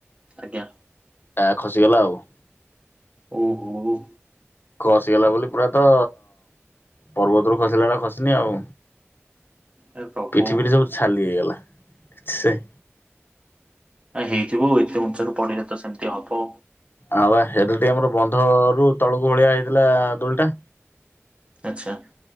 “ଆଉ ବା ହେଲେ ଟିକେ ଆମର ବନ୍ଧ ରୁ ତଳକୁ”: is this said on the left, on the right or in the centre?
Left